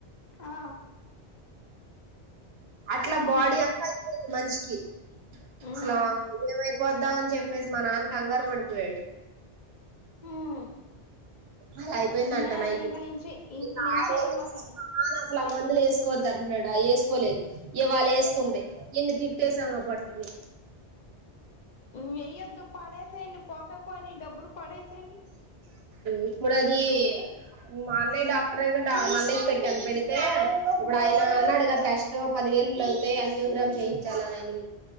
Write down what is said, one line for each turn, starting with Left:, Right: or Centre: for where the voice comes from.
Left: ఆ
Right: అట్లా
Left: ఉమ్
Right: బాడీ అంతా అయిపోఇంది మనిషికి
Left: ఉమ్
Right: అసలు ఏమైపోదో అని చెప్పేసి మా నాన్న కంగారు పడిపోయాడు
Left: ఉమ్
Right: అలా అయిపోయిందంట
Left: మే
Right: నైట్
Left: ఇక నుంచి ఇంక
Right: ఇ
Left: నుంచి
Right: ఆ రోజు
Left: ఏయమాక
Right: అసలా మందులు వేసుకోవద్ద అంటన్నాడా వేసుకోలేదు ఇ వాళ వేసుకుంది ఎన్ని తి కేసమ పాడుతుని
Left: వేయ్యొద్దు పడేసేయండి పోత పోని డబ్బులు పడేసాయండి
Right: యిప్పుడు అది మా అన్నయ్య డా అన్నయ్య కు పెట్టాను పెడితే ఇప్పుడు ఆయన అన్నాడు కదా టెస్ట్ పదివేలు అయితది చేయించాలనిని